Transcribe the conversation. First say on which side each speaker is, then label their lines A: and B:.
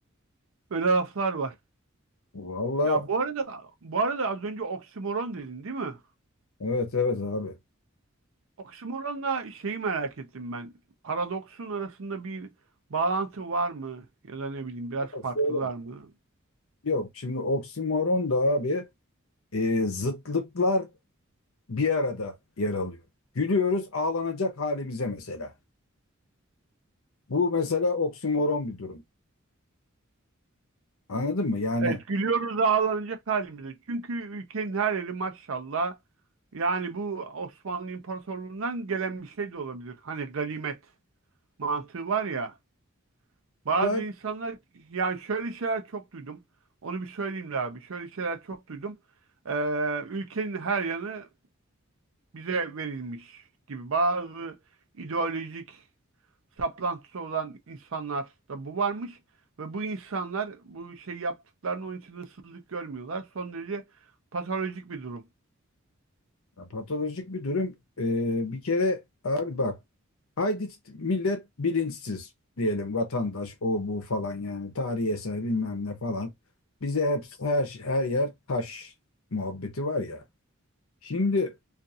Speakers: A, on the right; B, on the left.
A: Öyle laflar var.
B: Valla
A: Ya bu arada bu arada az önce oksimoron dedin değil mi?
B: evet evet abi.
A: Oksimoronla şeyi merak ettim ben. Paradoksun arasında bir bağlantı var mı? Ya da ne bileyim biraz
B: Ama
A: farklılar
B: Söyle.
A: mı?
B: Yok şimdi oksimoron da abi e, zıtlıklar bir arada yer alıyor. Gülüyoruz ağlanacak halimize mesela. Bu mesela oksimoron bir durum. Anladın mı? Yani
A: Evet gülüyoruz ağlanacak halimize. Çünkü ülkenin her yeri maşallah. Yani bu Osmanlı İmparatorluğu'ndan gelen bir şey de olabilir. Hani ganimet mantığı var ya. Bazı
B: var
A: insanlar yani şöyle şeyler çok duydum. Onu bir söyleyeyim de abi. Şöyle şeyler çok duydum. Ee, ülkenin her yanı bize verilmiş gibi bazı ideolojik saplantısı olan insanlarda bu varmış ve bu insanlar bu şey yaptıklarını onun için ıssızlık görmüyorlar. Son derece patolojik bir durum.
B: ya patolojik bir durum. Ee, bir kere abi bak haydi millet bilinçsiz diyelim vatandaş o bu falan yani tarihi eser bilmem ne falan. Bize hep her, şey- her yer taş muhabbeti var ya. Şimdi